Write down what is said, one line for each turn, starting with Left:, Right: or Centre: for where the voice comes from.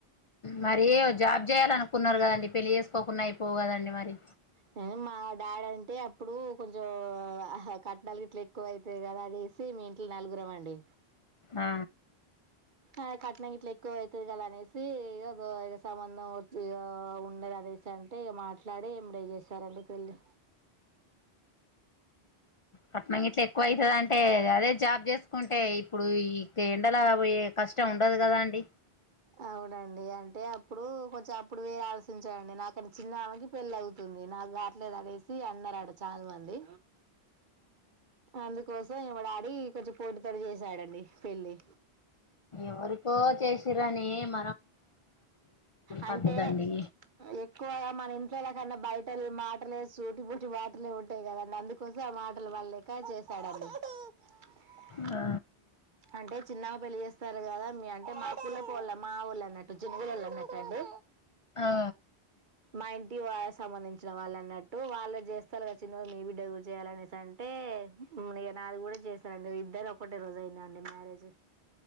Left: మరి జాబ్ చేయాలనుకున్నారు కదండి పెళ్లిి చేసుకోకున్నా అయిపోవు కదండి మరి
Right: నేను మా డాడీ అంటే అప్పుడు కొంచెం కట్టనాలు గిట్ల ఎక్కువ అైతది కదా అని సి మీ ఇంట్ల నలుగురం అండి
Left: ఆ
Right: ఆ కట్నం ఇట్లా ఎక్కువ అయితది కదా అనేసి ఏదో సంబంధం వోచి ఆహా ఉన్న ప్రదేశ్ అంటే ఇగా మాట్లాడి ఎమ్మటే చేశారండి పెళ్ళి
Left: కట్నం గిట్ల ఎక్కువ అయితది అంటే అదే జాబ్ చేసుకుంటే ఇప్పుడు ఈ ఎండలా పోయే కష్టం ఉండదు కదా అండి
Right: అవునండి అంటే అప్పుడు కొంచెం అప్పుడు వేరే ఆలోచించడండి నాకన్నా చిన్నామకి పెళ్లయితుంది నాకు కావట్లేదు అనేసి అన్నారు అంట చాలా మంది అందుకోసం ఇగా మా డాడీ కొంచెం పోటీపడి చేసాడండి పెళ్లి
Left: ఎవరికో చేసిరని ఎం
Right: అంటే
Left: పద్ధతండి
Right: ఎక్కువ మన ఇంట్లో న్నా బయటోలు మాటలే సూటి బొటి మటలే ఉంటాయి కదండి అందుకోసం ఆ మాటలు పడలేక చేశాడండి <unintelligible>
Left: ఆ
Right: అంటే చిన్నగా పెళ్లి చేస్తారు కదా మీ అంటే మా కులపోలే మా హోళ్ళ అన్నట్టు <unintelligible> అనటాండి
Left: ఆ
Right: మా ఇంటి వా సంబంధించి వచ్చిన వాళ్ళు అన్నట్టు వాళ్ళు చేస్తారు కద చిన్నగా మీ బిడ్డ కి కూడా చేయాలఅంటే ఇగ నాది కూడా చేస్తారండి ఇద్దరిది ఒకటే రోజు అయిందఅండి మ్యారేజ్